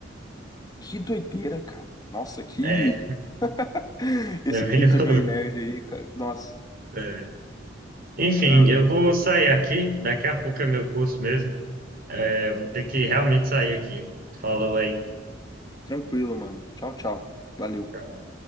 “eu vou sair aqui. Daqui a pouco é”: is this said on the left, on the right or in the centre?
Right